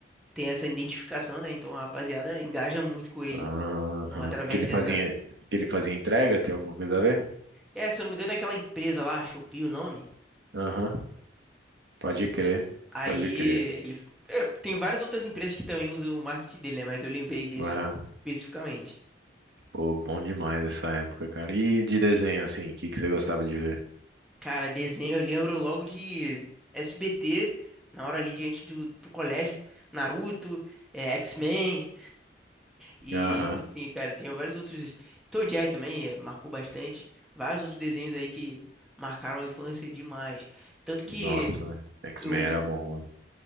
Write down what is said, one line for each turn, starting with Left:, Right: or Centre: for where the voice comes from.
Centre: tem essa identificação, né? Então a rapaziada engaja muito com ele.
Right: aham.
Centre: Então, através
Right: Porque ele
Centre: dessa.
Right: fazia, porque ele fazia entrega, tem alguma coisa a ver?
Centre: É, se eu não me engano, é aquela empresa lá, Shopee, o nome.
Right: Aham, pode crer,
Centre: Aí
Right: pode crer.
Centre: ele é, tem várias outras empresas que também usam o marketing dele, né? Mas eu lembrei desse
Right: Aham.
Centre: especificamente.
Right: Pô, bom demais essa época, cara. E de desenho, assim, o que que você gostava de ver?
Centre: Cara, desenho, eu lembro logo de SBT, na hora ali diante do pro colégio, Naruto, é, X-Men e
Right: Aham,
Centre: enfim, cara, tinha vários outros. Tom e Jerry também é, marcou bastante, vários outros desenhos aí que marcaram a infância demais. Tanto que
Right: Nossa, X-Men
Centre: eu
Right: era bom, mano.